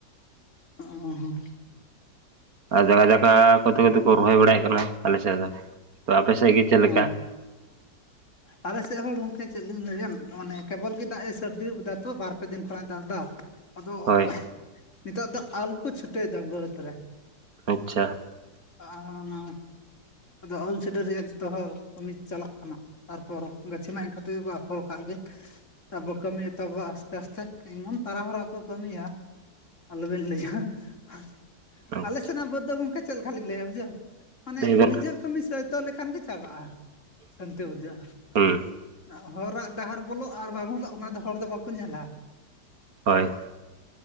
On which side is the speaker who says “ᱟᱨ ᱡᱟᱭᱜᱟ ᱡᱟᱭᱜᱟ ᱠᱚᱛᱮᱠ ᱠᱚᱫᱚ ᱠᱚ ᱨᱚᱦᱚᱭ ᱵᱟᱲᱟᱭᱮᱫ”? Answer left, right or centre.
Right